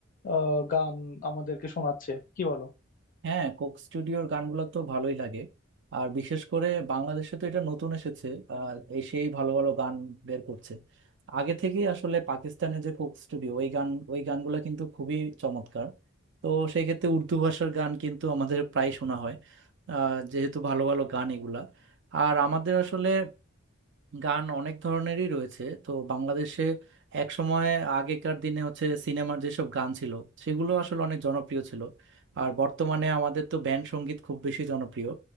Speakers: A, on the left; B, on the right.
A: আহ, গান আমাদেরকে শোনাচ্ছে কি বলো
B: হ্যাঁ কোক স্টুডিওর গানগুলো তো ভালোই লাগে আর বিশেষ করে বাংলাদেশে তো এটা নতুন এসেছে আর এসেই ভালো ভালো গান বের করছে আগে থেকেই আসলে পাকিস্তানে যে কোক স্টুডিও ওই গান ওই গানগুলো কিন্তু খুবই চমৎকার তো সেই ক্ষেত্রে উর্দু ভাষার গান কিন্তু আমাদের প্রায় শোনা হয় আহ, যেহেতু ভালো ভালো গান এগুলা আর আমাদের আসলে গান অনেক ধরনেরই রয়েছে তো বাংলাদেশে এক সময় আগেকার দিনে হচ্ছে সিনেমার যেসব গান ছিল সেগুলো আসলে অনেক জনপ্রিয় ছিল আর বর্তমানে আমাদের তো ব্যান্ড সঙ্গীত খুব বেশি জনপ্রিয়